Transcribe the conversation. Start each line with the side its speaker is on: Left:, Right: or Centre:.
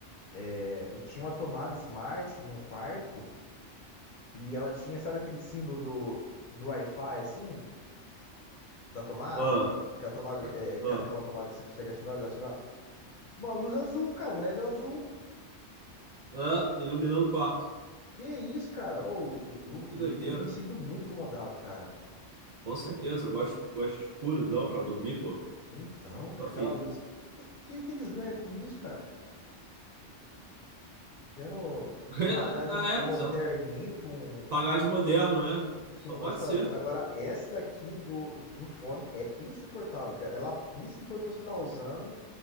Left: É, e tinha uma tomada Smart no quarto e ela tinha, sabe aquele símbolo do, do Wi-Fi, assim, da tomada?
Right: Ah,
Left: Que é, a tomada é, é que
Right: ah,
Left: é que é uma tomada que você consegue ativar desativar. Uma luz azul, cara, um LED azul.
Right: ah, iluminando o quarto.
Left: Que isso, cara? Ô, eu, eu,
Right: Que
Left: eu
Right: doideira.
Left: eu me sinto muito incomodado, cara.
Right: Com certeza, eu gosto, gosto escuridão pra dormir, pô.
Left: Então, fica
Right: Tô afim.
Left: aquela luz. O que, que, que, que eles ganham com isso, cara? Querendo
Right: Ganha,
Left: pagar de
Right: Ah,
Left: moderninho
Right: é, sei lá.
Left: com,
Right: Pagar de moderno, é? Só
Left: com
Right: pode
Left: essas.
Right: ser.
Left: Agora, essa daqui do, do fone é insuportável, cara. Ela pisca enquanto você tá usando.